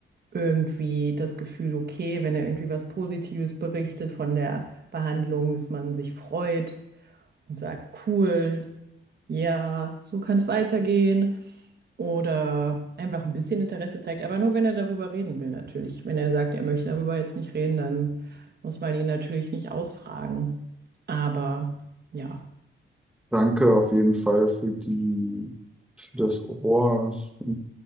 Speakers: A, on the right; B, in the centre.
A: irgendwie das Gefühl, okay, wenn er irgendwie was Positives berichtet von der Behandlung, dass man sich freut und sagt, cool, ja, so kann es weitergehen. Oder einfach ein bisschen Interesse zeigt, aber nur wenn er darüber reden will, natürlich. Wenn er sagt, er möchte darüber jetzt nicht reden, dann muss man ihn natürlich nicht ausfragen. Aber ja,
B: Danke auf jeden Fall für die, für das Ohr. Es hat